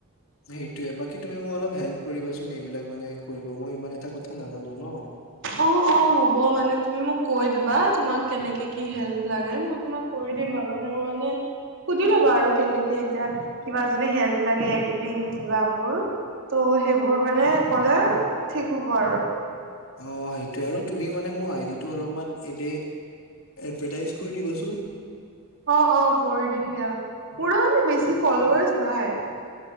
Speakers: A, on the left; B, on the right.
A: <unintelligible> সেইটোয়ে বাকী তুমি মোক অলপ হেল্প কৰিবা চোন এইবিলাক মানে কৰিব মই ইমান এটা কথা নাজানো ন'।
B: অ', অ', হ'ব মানে তুমি মোক কৈ দিবা তোমাক কেনেকে কি হেল্প লাগে। মই তোমাক কৰি দিম আৰু মোৰ মানে সুধি লবা আৰু কেনেকে এতিয়া কিবা যদি হেল্প লাগে এডিটিং কিবা বোৰ ত' সেইবোৰ মানে ক'লে ঠিক হ'ব আৰু।
A: অ, সেইটোৱে আৰু তুমি মানে মোৰ আইডি টো অলপমান এনে এডভেটাইছ কৰি দিবা চোন?
B: অ', অ', কৰি দিম দিয়া মোৰো মানে বেছি ফলৱাৰ্চ নাই।